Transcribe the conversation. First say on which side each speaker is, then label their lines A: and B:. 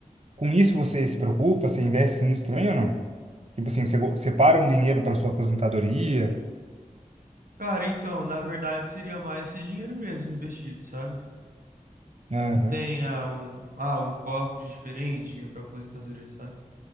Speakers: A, on the right; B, on the right.
A: Com isso você se preocupa, você investe nisso também ou não? Tipo assim, você go- separa um dinheiro para sua aposentadoria.
B: Cara, então, na verdade, seria mais esse dinheiro mesmo investido, sabe?
A: Aham.
B: Não tem ah, um, ah, um cofre diferente para aposentadoria, sabe?